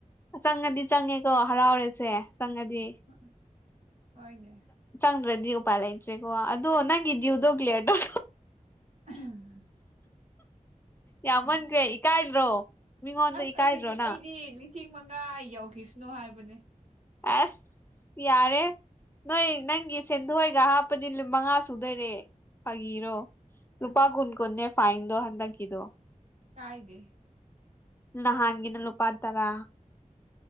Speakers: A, on the left; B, on the right.
A: ꯆꯪꯉꯗꯤ ꯆꯪꯉꯦꯀꯣ ꯍꯔꯥꯎꯔꯦꯁꯦ ꯆꯪꯉꯗꯤ
B: ꯑꯥ ꯍ‌ꯣꯏꯅꯦ
A: ꯆꯪꯗꯔꯗꯤ ꯎꯄꯥꯏ ꯂꯩꯇꯔ‌ꯦꯀ‌ꯣ ꯑꯗ‌ꯣ ꯅꯪꯒꯤ ꯗꯤꯌꯨ ꯗ‌ꯣ ꯀꯤꯂꯤꯌꯥꯔ ꯇꯧ
B: <unintelligible>
A: ꯌꯥꯝꯃꯟꯈꯔꯦ ꯏꯀꯥꯏꯗ꯭ꯔꯣ ꯃꯤꯉꯣꯟꯗ
B: ꯑꯁ
A: ꯏꯀꯥꯏꯗ꯭ꯔꯣ
B: ꯑꯩꯗꯤ
A: ꯅꯪ
B: ꯑꯩꯗꯤ ꯂꯤꯁꯤꯡ ꯃꯉꯥ ꯌꯧꯈꯤꯁꯅꯨ ꯍꯥꯏꯕꯅꯦ
A: ꯑꯁ ꯌꯥꯔꯦ ꯅꯣꯏ ꯅꯪꯒꯤ ꯁꯦꯟꯗꯣꯏꯒ ꯍꯥꯞꯄꯗꯤ ꯃꯉꯥ ꯁꯨꯗꯣꯏꯔꯦ ꯐꯥꯒꯤꯔꯣ ꯂꯨꯄꯥ ꯀꯨꯟ ꯀꯨꯟꯅꯦ ꯐꯥꯏꯟꯗꯣ ꯍꯟꯗꯛ ꯀꯤꯗꯣ
B: ꯀꯥꯏꯗꯦ
A: ꯅꯍꯥꯟꯒꯤꯅ ꯂꯨꯄꯥ ꯇꯔꯥ